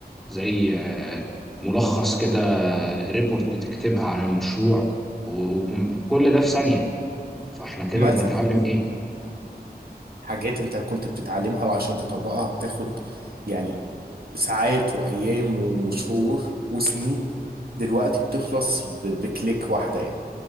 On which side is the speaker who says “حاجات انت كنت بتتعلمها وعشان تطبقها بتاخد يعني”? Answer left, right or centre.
Right